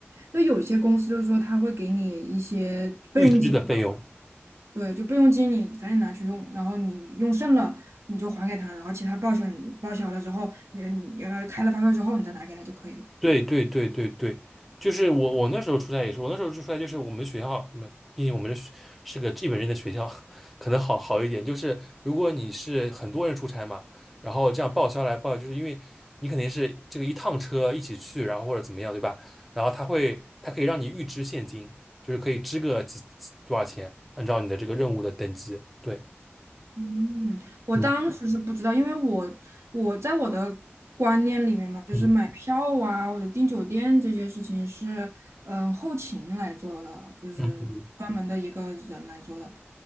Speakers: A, on the right; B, in the centre.
A: 就有些公司就是说他会给你一些备用金嘛，
B: 预支的费用。
A: 对，就备用金你反正拿去用，然后你用剩了你就还给他，然后其他报销你报销了之后，你你要开了发票之后你再拿给他就可以了。
B: 对对对对对，就是我我那时候出差也是，我那时候出差就是我们学校，嗯毕竟我们是是个日本人的学校，<laughs> 可能好好一点。就是如果你是很多人出差嘛，然后这样报销来报销就是因为你肯定是这个一趟车一起去，然后或者怎么样，对吧？然后他会他可以让你预支现金，就是可以支个几几多少钱，按照你的这个任务的等级。对，
A: 嗯，我当时是不知道，
B: 嗯
A: 因为我我在我的观念里面嘛，就是买票啊，
B: 嗯
A: 或者订酒店这些事情是，嗯，后勤来做的，就是专门的一个人来做的。
B: 嗯